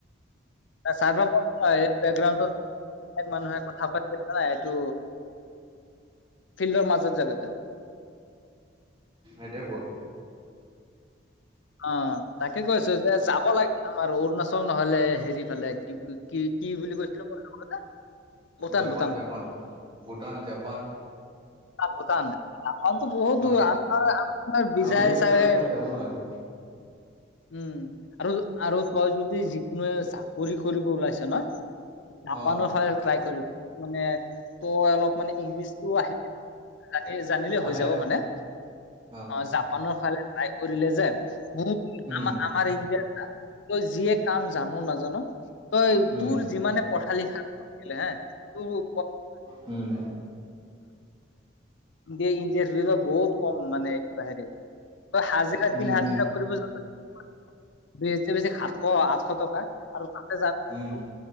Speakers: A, on the left (about 70°); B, on the right (about 25°).
A: ছাৰ্ভাৰ প্ৰব্লেম নহয় এইটো বেকগ্ৰাউণ্ডত বেলেগ মানুহে কথা পাতি‌ আছে না এইটো ফিল্ডৰ মাজত যাগৈ তই।
B: এটিয়া কোৱা।
A: অঁ তাকে কৈ আছো যে যাব লাগে আমাৰ অৰুণাচল নহলে হেৰি ফালে কি কি কি বুলি কৈছিলো মই <unintelligible> Bhutan
B: Japan
A: Bhutan
B: Japan Bhutan Japan.
A: Bhutan আমাৰতো বহুত দূৰ
B: অ
A: আমাৰ আমাৰ বিজাই
B: আমি এইফালৰ
A: চাগে
B: পৰা যাব নোৱাৰিম
A: উম আৰু আৰু তই যদি যিকোনো চাকৰি কৰিব ওলাইছ ন জাপানৰ
B: অ
A: ফালে ট্ৰাই কৰিবি মানে তই অলপ মানে ইংলিছটো জানি জানিলে
B: আহে
A: হৈ যাব
B: আহে
A: মানে
B: অ
A: অঁ জাপানৰ ফালে ট্ৰাই কৰিলে যে বহুত
B: উম
A: আমাৰ তই যিয়ে কাম জান' নাজান' তই
B: উম
A: তোৰ যিমানে পঢ়া লিখা নাছিলে হে তোৰ
B: উম।
A: দে ইণ্ডিয়াৰ ভিতৰত বহুত কম মানে এক হেৰি তই হাজিৰা লেকিন
B: উম
A: হাজিৰা কৰিব <unintelligible> অঁ আঠশ টকা আৰু তাতে
B: উম
A: <unintelligible>